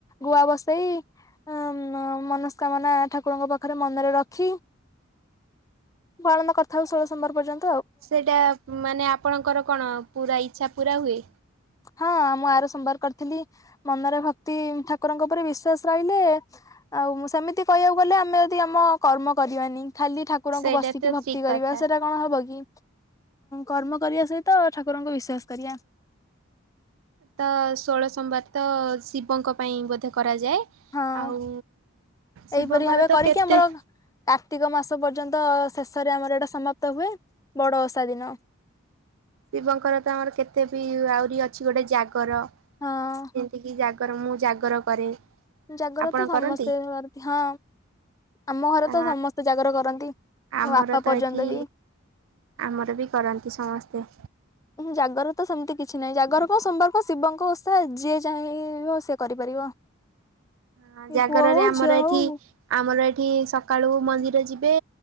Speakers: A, on the left (about 15°); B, on the right (about 75°).
A: ଗୁଆ ବସେଇ ଉ ମନସ୍କାମନା ଠାକୁରଙ୍କ ପାଖରେ ମନରେ ରଖି ପାଳନ କରିଥାଉ ଷୋଳ ସୋମବାର ପଯ୍ୟର୍ନ୍ତ
B: ସେଇଟା ମାନେ ଆପଣଙ୍କର କଣ ପୁରା ଇଛା ପୁରା ହୁଏ?
A: ହଁ ମୁଁ ଆର ସୋମବାର କରିଥିଲି ମନରେ ଭକ୍ତି ଠାକୁରଙ୍କ ଉପରେ ବିଶ୍ଵାସ ରହିଲେ ଆଉ ସେମିତି କହିବାକୁ ଗଲେ ଆମେ ଯଦି ଆମ କର୍ମ କରିବାନି ଖାଲି ଠାକୁ ଠାକୁରଙ୍କୁ
B: ସେଇଟା
A: ବସିକି
B: ତ
A: ଭକ୍ତି
B: ଠିକ
A: କରିବା
B: କଥା।
A: ସେଇଟା କଣ ହବ କି କର୍ମ କରିବା ସହିତ ଠାକୁରଙ୍କୁ ବିଶ୍ଵାସ କରିବା।
B: ତ ଷୋଳ ସୋମବାର ତ ଶିବଙ୍କ ପାଇଁ ବୋଧେ କରାଯାଏ?
A: ହଁ
B: ଆଉ ଶିବଙ୍କର
A: ଏହିପରି ଭାବେ
B: ତ
A: କରିକି
B: କେତେ
A: ଆମର କାର୍ତ୍ତିକ ମାସ ପର୍ଯ୍ୟନ୍ତ ଶେଷରେ ଆମର ଏଇଟା ସମାପ୍ତ ହୁଏ ବଡ ଓଷା ଦିନ।
B: ଶିବଙ୍କର ତ ଆମର କେତେ ବି ଆହୁରି ଅଛି ଗୋଟେ ଜାଗ ଜାଗର ଯେମତି
A: ହଁ
B: କିି ଜାଗର ମୁଁ ଜାଗର କରେ।
A: ଜାଗର
B: ଆପଣ
A: ତ ସମସ୍ତେ
B: କରନ୍ତି?
A: କରନ୍ତି ହଁ ଆମ ଘରେ
B: ଆ
A: ତ ସମସ୍ତେ ଜାଗର କରନ୍ତି। ମଁ
B: ଆମର
A: ବାପା
B: ତ
A: ପର୍ଯ୍ୟନ୍ତ
B: ଏଠି
A: ବି
B: ଆମର ବି କରନ୍ତି ସମସ୍ତେ।
A: ଜାଗର ତ ସେମିତି କିଛି ନାହିଁ ଜାଗର କଣ ସୋମବାର କଣ ଶିବଙ୍କ ଓଷା ଯିଏ ଯାଇଁବ ସେ କରିପାରିବ।
B: ହଁ
A: ସେ
B: ଜାଗରରେ
A: ପୁଅ ହଉ
B: ଆମର
A: ଝିଅ
B: ଏଠି
A: ହଉ
B: ଆମର ଏଠି ସକାଳୁ ମନ୍ଦିର ଯିବେ